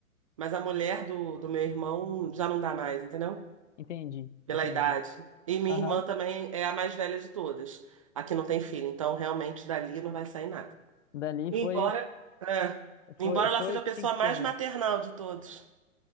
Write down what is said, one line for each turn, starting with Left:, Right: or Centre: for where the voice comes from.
Right: Mas a mulher do, do meu irmão já não dá mais, entendeu?
Left: Entendi,
Right: Pela
Left: entendi.
Right: idade. E minha
Left: Aham,
Right: irmã também é a mais velha de todas. Aqui não tem filho, então realmente dali não vai sair nada.
Left: Dali
Right: Embora,
Left: foi,
Right: é, embora
Left: foi, foi
Right: ela seja
Left: o
Right: a
Left: que
Right: pessoa
Left: tinha que ser
Right: mais
Left: mesmo.
Right: maternal de todos.